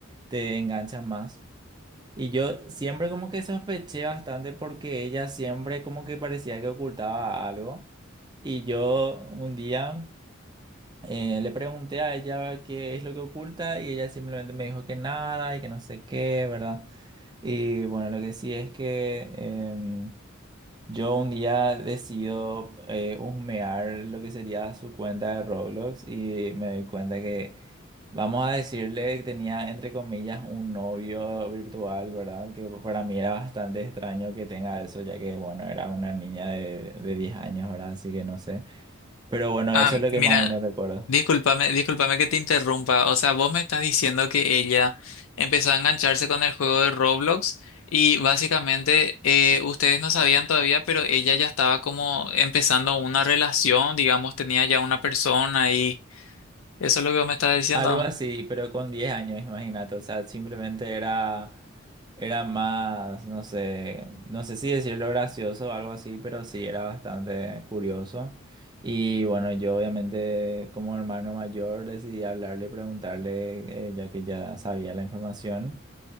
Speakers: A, on the right; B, on the left.
A: te enganchas más. Y yo siempre como que sospeché bastante porque ella siempre como que parecía que ocultaba algo. Y yo un día eh, le pregunté a ella qué es lo que oculta y ella simplemente me dijo que nada y que no sé qué, ¿verdad? Y bueno, lo que sí es que em, yo un día decido eh, husmear lo que sería su cuenta de Roblox y me doy cuenta que, vamos a decirle que tenía entre comillas un novio virtual, ¿verdad? Que para mí era bastante extraño que tenga eso, ya que, bueno, era una niña de, de 10 años, ¿verdad? Así que no sé. Pero bueno,
B: Ah,
A: eso es lo que
B: mira,
A: más o menos recuerdo.
B: discúlpame, discúlpame que te interrumpa. O sea, vos me estás diciendo que ella empezó a engancharse con el juego de Roblox y básicamente eh, ustedes no sabían todavía, pero ella ya estaba como empezando una relación, digamos, tenía ya una persona y eso es lo que vos me estás diciendo.
A: Algo así, pero con 10 años, imagínate. O sea, simplemente era, era más, no sé, no sé si decirlo gracioso o algo así, pero sí era bastante curioso. Y bueno, yo obviamente como hermano mayor decidí hablarle, y preguntarle, eh, ya que ya sabía la información.